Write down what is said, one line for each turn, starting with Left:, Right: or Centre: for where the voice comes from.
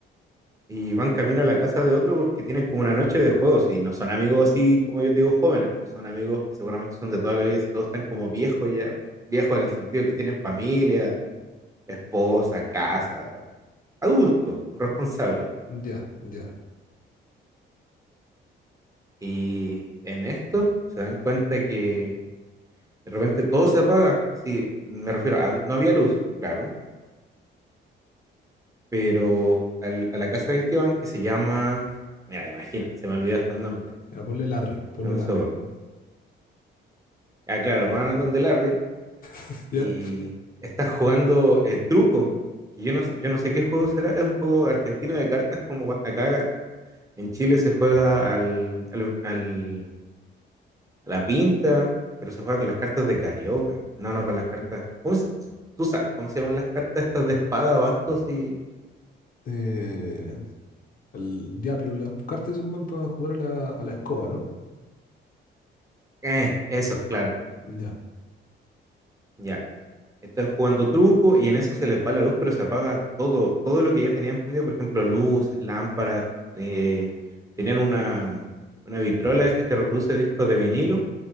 Right: y van camino a la casa de otro porque tienen como una noche de juegos y no son amigos así como yo te digo jóvenes, pues son amigos que seguramente son de toda la vida y todos están como viejos ya, viejos en el sentido que tienen familia, esposa, casa, adultos, responsables.
Left: ya, ya.
Right: Y en esto se dan cuenta que de repente todo se apaga, así, me refiero, hab- no había luz, claro, pero al- a la casa del que van, que se llama, mira, imagina, se me olvidó hasta el nombre,
Left: Ya, ponle Larry, ponle
Right: dame
Left: Larry.
Right: un segundo. Ah, claro, van a donde Larry
Left: <laughs> ¿Ya?
Right: y están <laughs> jugando el truco, que yo no, yo no sé qué juego será, es un juego argentino de cartas, como cua- acá en Chile se juega al, al- al- a la pinta, pero se juega con las cartas de carioca, no, no, con las cartas, ¿cómo se- tú sabes cómo se llaman las cartas estas de espada, bastos y...
Left: Eh, El- ya, pero las cartas se ocupan para jugar a la, a la escoba, ¿no?
Right: Eh, eso, claro,
Left: Ya,
Right: ya. Están jugando truco y en eso se les va la luz, pero se apaga todo, todo lo que ya tenían prendido, por ejemplo, luces, lámparas, eh, tenían una, una vitrola esta que reproduce discos de vinilo